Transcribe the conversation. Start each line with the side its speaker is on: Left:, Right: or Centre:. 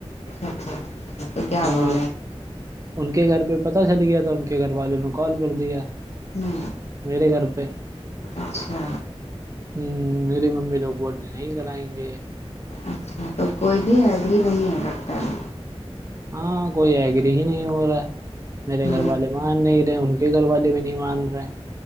Left: اچھا اچھا تو کیا
Right: ہاں
Left: بولے ہوں
Right: ان کے گھر پہ پتاہ چل گیا تو ان کے گھر والوں نے کال کر دیا
Left: ہوں
Right: میرے گھر پہ
Left: اچھا
Right: ہوں میری ممی لوگ بول ڈے نہیں کرائیں گے
Left: اچھا تو کوئی بھی ایگری نہیں ہے لگتا ہے
Right: ہاں کوئی ایگری ہی نہیں ہو رہا ہے میرے
Left: ہوں
Right: گھر والے مان نہیں رہے ان کے گھر والے بھی نہیں مان رہے